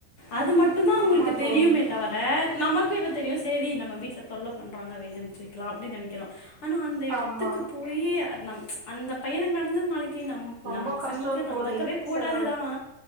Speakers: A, on the left; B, on the right.
A: அது மட்டு தா உங்குளுக்கு
B: ஆமா தோழி
A: தெரியுமே தவர நமக்கும் என்ன தெரியு சேரி நம்ம வீட்டுல பண்றாங்க வெளிய அம்ச்சி வைக்கலா அப்டின்னு நனைக்கிறோ ஆனா அந்த எடத்துக்கு
B: ஆமா
A: போயி அத் நம் அந்த பையனுக்கு நடந்தது நாளைக்கு நம்
B: ரொம்ப
A: நம்ம பசங்களுக்கு
B: கஷ்டோ தோழி
A: நடக்கவே
B: பசங்க,
A: கூடாது தான்